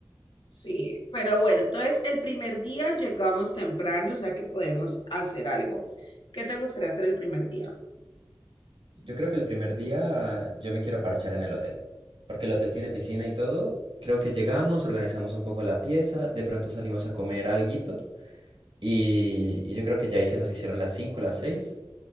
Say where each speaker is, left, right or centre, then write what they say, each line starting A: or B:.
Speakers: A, on the left; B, on the right.
A: Sí, pero bueno, entonces el primer día llegamos temprano, o sea que podemos hacer algo. ¿Qué te gustaría hacer el primer día?
B: Yo creo que el primer día yo me quiero parchar en el hotel, porque el hotel tiene piscina y todo. Creo que llegamos, organizamos un poco la pieza, de pronto salimos a comer alguito y, y yo creo que ya ahí se nos hicieron las 5, las 6.